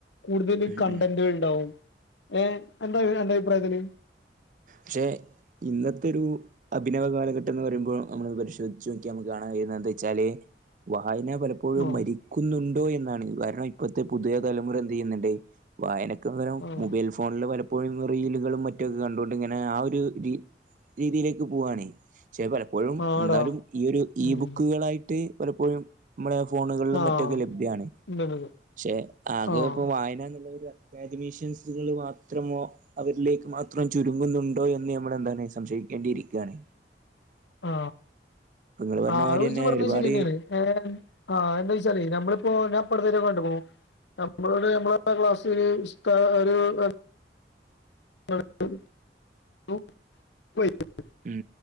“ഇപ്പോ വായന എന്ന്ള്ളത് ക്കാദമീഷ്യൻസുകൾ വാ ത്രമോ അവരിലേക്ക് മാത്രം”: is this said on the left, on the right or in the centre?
Right